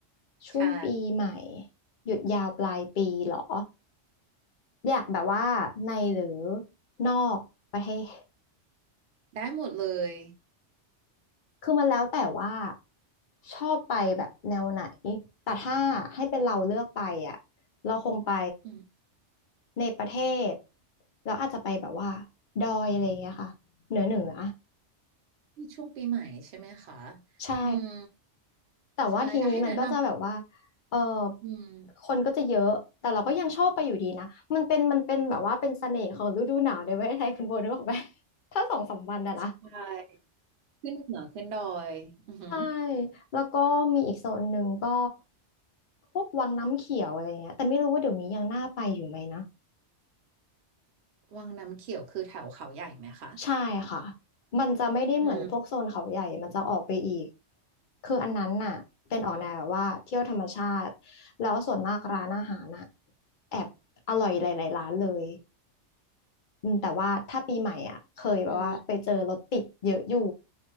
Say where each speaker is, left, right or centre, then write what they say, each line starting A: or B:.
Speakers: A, on the left; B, on the right.
A: ช่วงปีใหม่
B: ใช่
A: หยุดยาวปลายปีเหรออยากแบบว่าในหรือนอกประเทศ
B: ได้หมดเลย
A: คือมันแล้วแต่ว่าชอบไปแบบแนวไหน แต่ถ้าให้เป็นเราเลือกไปอ่ะ เราคงไป
B: อืม
A: ในประเทศแล้วอาจจะไปแบบว่าดอยอะไรอย่างเงี้ยค่ะเหนือเหนือ
B: ช่วงปีใหม่ใช่ไหมคะ
A: ใช่
B: อืม
A: แต่ว่าทีนี้มันก็จะแบบว่า
B: ใช่ถ้าให้แนะน
A: เออ
B: ำอืม
A: คนก็จะเยอะ แต่เราก็ยังชอบไปอยู่ดีนะมันเป็นมันเป็นแบบว่าเป็นเสน่ห์ของฤดูหนาวในประเทศไทยคุณโบนึกออกไหม <laughs> ถ้าสองสามวันนะนะ
B: ใช่ขึ้นเหนือขึ้นดอยอือหือ
A: ใช่ แล้วก็มีอีกโซนหนึ่งก็พวกวังน้ำเขียวอะไรเงี้ย แต่ไม่รู้ว่าเดี๋ยวนี้ยังน่าไปอยู่ไหมนะ
B: วังน้ำเขียวคือแถวเขาใหญ่ไหมคะ
A: ใช่ค่ะ มันจะไม่ได้เหมือนพวกโซนเขาใหญ่
B: อืม
A: มันจะออกไปอีก คืออันนั้นน่ะเป็นออกแนวแบบว่าเที่ยวธรรมชาติแล้วส่วนมากร้านอาหารน่ะ
B: อืม
A: แอบอร่อยหลายๆร้านเลย อืมแต่ว่าถ้าปีใหม่อ่ะเคยแบบว่าไปเจอรถติดเยอะอยู่
B: อืม